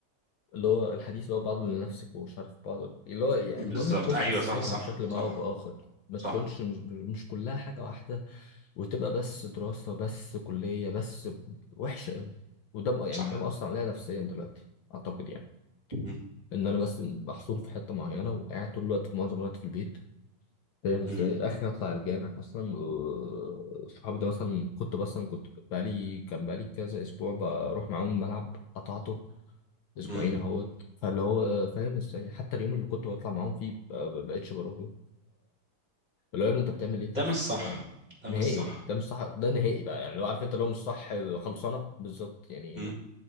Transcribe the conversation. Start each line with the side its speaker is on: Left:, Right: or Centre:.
Left: اللي هو الحديث اللي هو بعضه لنفسك ومش عارف بعضه اللي هو يعني المهم
Right: بالظبط
Left: تكون
Right: ايوه
Left: مقسمها
Right: صح صح
Left: بشكل ما
Right: صح
Left: او باخر ما
Right: صح
Left: تكونش مش, مش كلها حاجة واحدة وتبقى بس دراسة بس كلية بس ب- وحشة أوي وده بقى يعني
Right: صح
Left: ده مأثر عليا نفسيا دلوقتي أعتقد يعني
Right: مم.
Left: إن أنا بس محصور في حتة معينة وقاعد طول الوقت في معظم الوقت في البيت فاهم إزاي
Right: مم.
Left: آخر أطلع الجامع أصلا و- صحابي ده مثلا كنت مثلا كنت بقالي كان بقالي كذا أسبوع بروح معاهم الملعب قطعته أسبوعين
Right: مم.
Left: أهوت فاللي هو فاهم إزاي حتى اليوم اللي كنت بطلع معاهم فيه ب- ب- بقيتش بروحه اللي هو يا ابني انت بتعمل ايه في
Right: ده
Left: نفسك
Right: مش صح
Left: كده يا ابني
Right: ده
Left: نهائي
Right: مش صح
Left: ده مش صح ده نهائي بقى يعني لو عارف انت لو مش صح خلصانه بالظبط يعني
Right: مم.